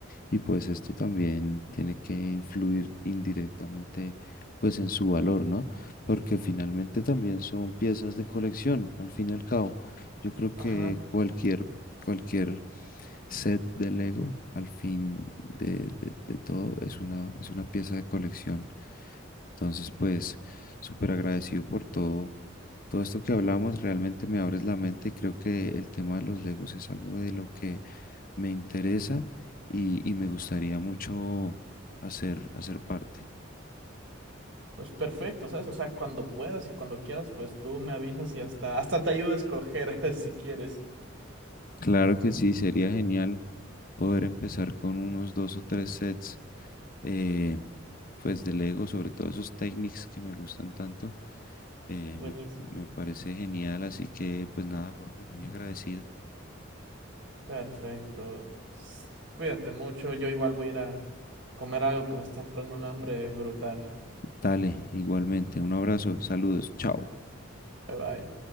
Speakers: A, on the left; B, on the right.
A: y pues esto también tiene que influir indirectamente pues en su valor, ¿no? Porque finalmente también son piezas de colección, al fin y al cabo. Yo creo que
B: ajá,
A: cualquier, cualquier set de Lego al fin de, de- de todo es una, es una pieza de colección. Entonces, pues, súper agradecido por todo, todo esto que hablamos. Realmente me abres la mente y creo que el tema de los Legos es algo de lo que me interesa y, y me gustaría mucho hacer, hacer parte.
B: pues perfecto, ¿sabes? O sea, cuando puedas y cuando quieras, pues tú me avisas y hasta, hasta te ayudo a escoger <laughs> si quieres.
A: Claro que sí, sería genial. poder empezar con unos dos o tres sets, eh, pues de Lego, sobre todo esos technics que me gustan tanto, eh,
B: Buenísimo.
A: me, me parece genial. Así que, pues nada, Jorge, muy agradecido.
B: Perfecto. S- Cuídate mucho. Yo igual voy a ir a comer algo que me está entrando un hambre brutal.
A: Dale, igualmente, un abrazo, saludos, chao.
B: Bye bye.